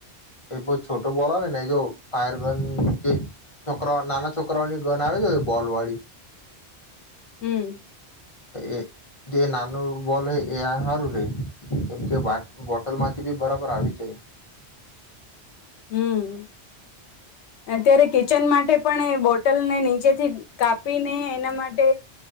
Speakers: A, on the left (about 35°); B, on the left (about 85°).
A: એ બહ છોટો બોલ આવે ને એ જો ફાયર ગન જે છોકરાઓ નાના છોકરાઓની ગન આવે છે બોલ વાળી
B: હમ
A: એ દ નનુ બોલે એ હારું રે કેમ કે બોટલ માંથી બી બરાબર આવી જાય
B: હમ અત્યારે કિચન માટે પણ એ બો લ ને નીચેથી કાપીને એ એના માટે